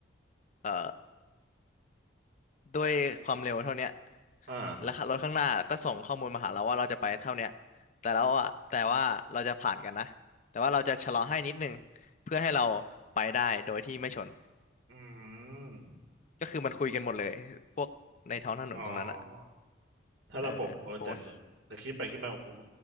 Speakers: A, on the left (about 40°); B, on the right (about 75°).
A: เอ่อ ด้วยความเร็วเท่าเนี้ย
B: อ่า
A: แล้วรถข้างหน้าก็ส่งข้อมูลมาหาเราว่าเราจะไปเท่าเนี้ยแต่เราอะแต่ว่าเราจะผ่านกันนะแต่ว่าเราจะชะลอให้นิดนึงเพื่อให้เราไปได้โดยที่ไม่ชน
B: อืม
A: ก็คือมันคุยกันหมดเลยพวกในท้องถนนตรงนั้นอะ
B: อ๋อถ้าระบบเออแต่
A: เออผมว่า
B: แต่คิดไปคิดมาผม